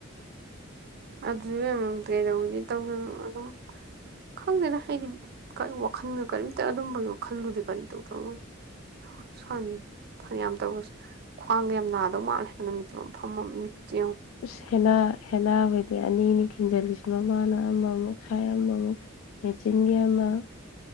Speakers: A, on the right; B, on the left.
A: ꯑꯗꯨ ꯏꯕꯦꯃꯝ ꯀꯩꯗꯧꯔꯨꯅꯤ ꯇꯧꯔꯨꯅꯨ ꯑꯗꯨꯝ ꯈꯪꯗꯦꯗ ꯑꯩꯗꯤ ꯀꯔꯤ ꯋꯥꯈꯟꯒ ꯀꯔꯤꯝꯇ ꯑꯗꯨꯝꯕꯒꯤ ꯋꯥꯈꯜꯗꯨꯗꯤ ꯀꯔꯤꯝ ꯇꯧꯗꯧ__ ꯁꯣ ꯁ꯭ꯋꯥꯟꯅꯤ ꯐꯥꯅ ꯌꯥꯝ ꯇꯧꯕꯁꯦ ꯈ꯭ꯋꯥꯡꯗ ꯌꯥꯝ ꯅꯥꯗꯧ ꯃꯥꯥꯟꯂꯦ ꯅꯨꯃꯤꯠ ꯆꯨꯞꯄ ꯐꯝꯃ ꯃꯤꯠ ꯆꯦꯡꯉꯨ
B: ꯑꯁ ꯍꯦꯅꯥ ꯍꯦꯅꯥꯈꯣꯏꯗꯤ ꯑꯅꯤ ꯑꯅꯤ ꯈꯤꯟꯖꯜꯂꯤꯁꯦ ꯃꯃꯥꯅ ꯑꯃꯃꯨꯛ ꯁꯥꯏ ꯑꯃꯃꯨꯛ ꯁꯥꯏ ꯃꯦꯆꯤꯟꯒꯤ ꯑꯃ